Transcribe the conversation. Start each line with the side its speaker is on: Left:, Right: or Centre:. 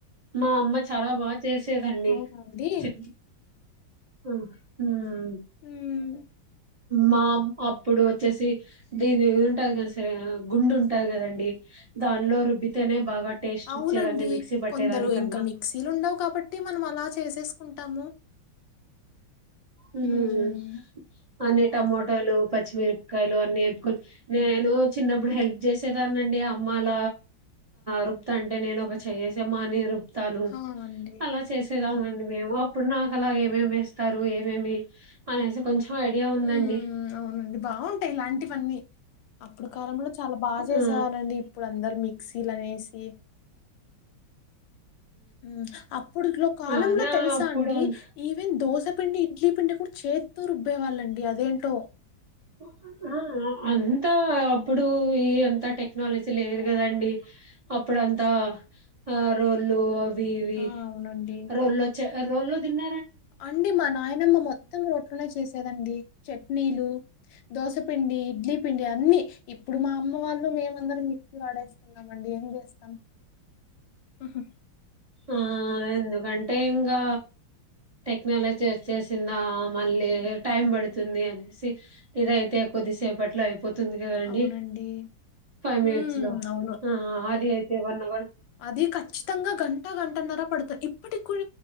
Right: మా అమ్మ చాలా బా చేసేదండి
Left: అవునండి
Right: చి హ్మ్
Left: హ్మ్
Right: మా అప్పుడు వచ్చేసి దీనింటది కాని సరే గుండు ఉంటది కదండి దానిలో రుబ్బితేనే బాగా టేస్ట్
Left: అవునండి
Right: వచ్చేదండి మిక్సీ పట్టేదానికన్నా
Left: కొందరు ఇంకా మిక్సీలు ఉండవు కాబట్టి మనం అలా చేసేసుకుంటాము
Right: హ్మ్
Left: ఉమ్,
Right: అన్ని టమోటాలు పచ్చిమిరపకాయలు అన్ని వేప్పుకొని నేను చిన్నప్పుడు హెల్ప్ చేసేదాన్నిండి ఆ అమ్మాల రూపుతాంటి అంటే నేను ఒక చేయి వేసే మా నేను రూప్ చెతాను
Left: హా అండి
Right: అలా చేసి <unintelligible> అండి మేము అప్పుడు నాకు అలాగ ఏమేమి ఎస్తారు ఏ ఏమేమి అనేసి కొంచెం ఉందండి
Left: హ్మ్ అవునండి బాగుంటాయి ఇలాంటివన్నీ అప్పుడు కాలంలో చాలా బాగా చేసేవాళ్ళండి
Right: ఆ
Left: ఇప్పుడు అందరు మిక్సీ శిలానేష్ ఏ ఉ అప్పుడుట్లో కాలంలో
Right: ఆ అదే
Left: తెల్సా
Right: అప్పుడు
Left: అండి,
Right: అంత
Left: ఈవెన్ దోస పిండి ఇడ్లీ పిండి కూడా చేత్తో రుబ్ వాళ్ళండి అదేంటో
Right: ఆ అంతా అప్పుడు ఈ అంత టెక్నాలజీ లేదు కదండి, అప్పుడ్ అంతా ఆ రోళ్లు వివి
Left: ఆ అవునండి
Right: రోలోచ్చ రోల్లు దిన్న
Left: అండి మా నాయనమ్మ మొత్తం రోట్లనే చేసేదండి, చట్నీలు దోస పిండి ఇడ్లీ పిండి అన్ని ఇప్పుడు మా అమ్మవాళ్ళు మేమందరం వాడేస్తున్నామండి ఏం చేస్తాం. ఆహు
Right: ఆ ఎందుకంటే ఇంకా టెక్నాలజీ వచ్చేసిందా మళ్ళీ టైం పడుతుంది, అనేసి ఇదైతే కొద్దిసేపట్ ట్లా అయిపోతుంది కదండి,
Left: అవునండి.
Right: ఫైవ్
Left: హ్మ్.
Right: మినిట్స్ లో
Left: అవును.
Right: ఆ ఆది ఎవన్నెవర్
Left: అది ఖచ్చితంగా గం ంట గంటన్నర పడుత ఇప్పటి కుడ